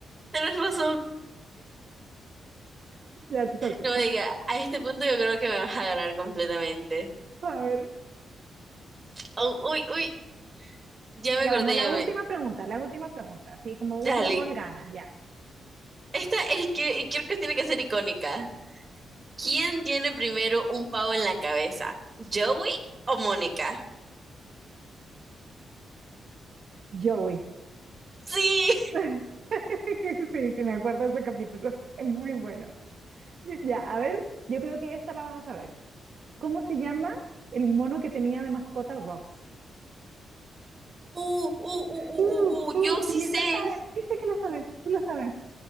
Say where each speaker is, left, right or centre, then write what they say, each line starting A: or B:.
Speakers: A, on the right; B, on the right.
A: tienes razón.
B: Ya te toca.
A: No me diga, a este punto yo creo que me vas a ganar completamente.
B: A ver.
A: Au, uy, uy, ya me
B: Ya
A: acordé,
B: vamos, las
A: ya
B: últimas
A: me...
B: preguntas, las últimas preguntas. Así como
A: Dale,
B: último gol gana, ya.
A: esta es que creo que tiene que ser icónica. ¿Quién tiene primero un pavo en la cabeza? ¿Joey o Mónica?
B: Joey.
A: Sí,
B: <laughs> Sí, sí, me acuerdo de ese capítulo. Es muy bueno. Ya, a ver, yo creo que esta la vas a saber. ¿Cómo se llama el mono que tenía de mascota Ross?
A: uh, uh, uh, uh,
B: Uh,
A: uh, uh,
B: uh,
A: yo sí
B: sí,
A: sé,
B: lo sabes, dice que lo sabes, tú lo sabes.